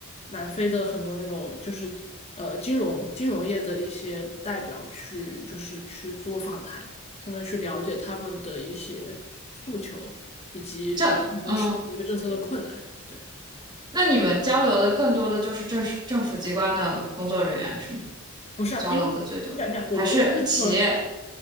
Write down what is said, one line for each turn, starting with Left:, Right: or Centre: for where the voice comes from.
Left: 南非的很多那种就是呃金融金融业的一些代表去就是去做访谈，相当于去了解他们的一些诉求以及我们可能要实施一个政策的困难。
Right: 这，嗯，
Left: 对，
Right: 那你们交流的更多的就是政政府机关的工作人员是吗？
Left: 不是啊，
Right: 交流的最多，
Left: 因为你想一想，我们那个政策。
Right: 还是企业？